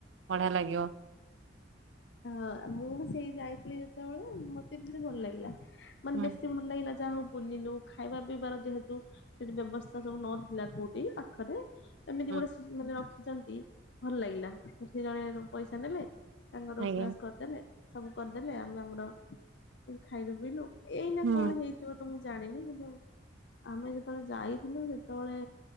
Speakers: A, on the right (about 90°); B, on the left (about 65°).
A: ବଢ଼ିଆ ଲାଗିବ।
B: ହଁ! ମୁଁ ବି ସେଇ ଯାଇଥିଲି, ଯେତବଳେ ମତେ--ଭଲ୍‌ ଲାଗିଲା ମାନେ
A: ହୁଁ
B: ବେଶୀ ଭଲ୍‌ ଲାଗିଲା, ଯାହା ହଉ ବୁଲିଲୁ। ଖାଇବା ପିଇବାର, ଯେହେତୁ ସେଟି ବ୍ୟବସ୍ଥା ସବୁ ନଥିଲା କଉଟି। ପାଖରେ ଏମିତି
A: ହୁଁ
B: ଗୋଟେ ମାନେ ରଖିଚନ୍ତି, ଭଲ୍‌ ଲାଗିଲା। ସେଠି ଜଣେ ପଇସା ନେଲେ। ତାଙ୍କ ରୋଷେଇ
A: ଆଜ୍ଞା
B: ବାସ୍‌ କରିଦେଲେ। ସବୁ କରିଦେଲେ, ଆମେ ଆମର ଖାଇଲୁ ପିଇଲୁ। ଏଇନା
A: ହୁଁ
B: କ'ଣ ହେଇଥିବ ତ ମୁଁ ଜାଣିନି, କି ଆମେ ଯେତେବେଳେ ଯାଇଥିଲୁ, ସେତେବେଳେ